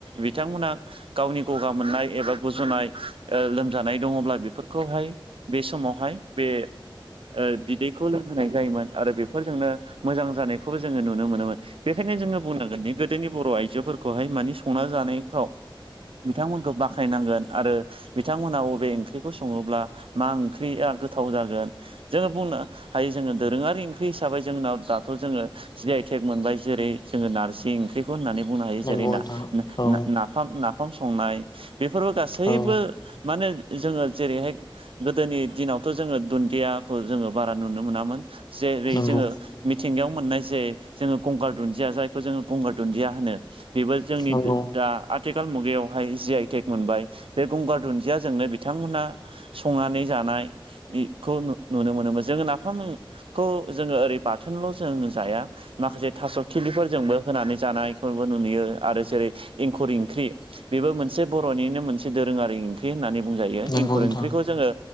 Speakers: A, on the right; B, on the left.
A: बिथांमोनहा गावनि गगा मोननाय एबा गुजुनाय ओ लोमजानाय दङब्ला बेफोरखौहाय बे समावहाय बे ओ बिदैखौ लोंहोनाय जायोमोन आरो बेफोरजोंनो मोजां जानायखौबो जोङो नुनो मोनोमोन। बेखायनो जोङो बुंनांगोन दि गोदोनि बर' आइजोफोरखौहाय मानि संना जानायफ्राव बिथांमोनखौ बाख्नायनांगोन आरो बिथांमोनहा अबे ओंख्रिखौ सङोब्ला मा ओंख्रिया गोथाव जागोन। जोङो बुंनो हायो जोङो दोरोङारि ओंख्रि हिसाबै जोंनाव दाथ' जोङो जि आइ थेग मोनबाय जेरै जोङो नारजि ओंख्रिखौ होननानै बुंनो हायो
B: नंगौ
A: जेरै
B: नोंथां
A: ना
B: औ
A: ना नाफाम नाफाम संनाय बेफोरबो गासैबो
B: औ
A: माने जोङो जेरैहाय गोदोनि दिनावथ' जोङो दुन्दियाखौ जोङो बारा नुनो मोनामोन जेरै
B: नंगौ
A: जोङो मिथिंगायाव मोननाय जे जोङो गंगार दुन्दिया जायखौ जोङो गंगार दुन्दिया होनो बेबो जोंनि
B: नंगौ
A: दा आथिखाल मुगायावहाय जि आइटेक मोनबाय बे गंगार दुन्दियाजोंनो बिथांमोनहा संनानै जानाय बेखौ नुनो मोनोमोन जोङो नाफाम खौ जोङो ओरै बाथोनल' जों जाया माखासे थास' खिलिफोरजोंबो होनानै जानाय फोरबो न नुयो आरो जेरै एंखुर ओंख्रि बेबो मोनसे बर'निनो मोनसे दोरोङारि ओंख्रि ओंख्रि होननानै बुंजायो
B: नंगौ
A: एंखुर
B: नोंथां
A: ओंख्रिखौ जोङो